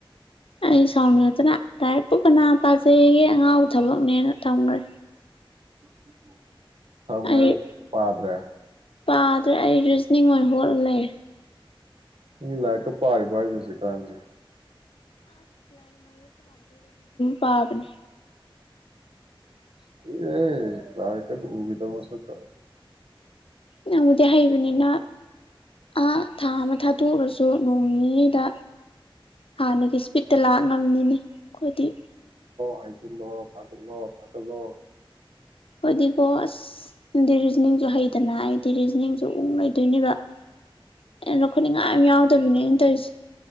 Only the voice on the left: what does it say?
ꯑꯩ ꯁꯥꯎꯅꯤꯡꯉꯛꯇꯅ ꯂꯥꯏꯔꯤꯛꯄꯨ ꯀꯅꯥ ꯄꯥꯖꯩꯒꯦ ꯑꯉꯥꯎ ꯊꯕꯛꯅꯦꯅ ꯊꯝꯒ꯭ꯔꯦ
ꯑꯩ
ꯄꯥꯗ꯭ꯔꯦ ꯑꯩꯁꯨ ꯅꯤꯡ ꯑꯣꯏꯅ ꯍꯣꯠꯂ ꯂꯩꯔꯦ
ꯄꯥꯕꯅꯤ
ꯅꯪꯕꯨꯗꯤ ꯍꯩꯕꯅꯤꯅ ꯑꯥ ꯊꯥ ꯑꯃ ꯊꯥꯗꯣꯛꯎꯔꯁꯨ ꯅꯣꯡ ꯅꯤꯅꯤꯗ ꯍꯥꯟꯅꯒꯤ ꯏꯁꯄꯤꯠꯇ ꯂꯥꯛ ꯉꯝꯅꯤꯅꯤ ꯑꯩꯈꯣꯏꯗꯤ
ꯑꯗꯨ ꯑꯣ ꯑꯁꯗꯤ ꯔꯤꯖꯅꯤꯡꯁꯨ ꯍꯩꯗꯅ ꯑꯩꯗꯤ ꯔꯤꯖꯅꯤꯡꯁꯨ ꯎꯛ ꯂꯩꯗꯣꯏꯅꯦꯕ ꯑꯩꯅ ꯂꯧꯈꯠꯅꯤꯡꯉꯥꯏ ꯌꯥꯝ ꯌꯥꯎꯗꯕꯤꯅꯦ ꯑꯩꯅ ꯇꯧꯔꯤꯁꯦ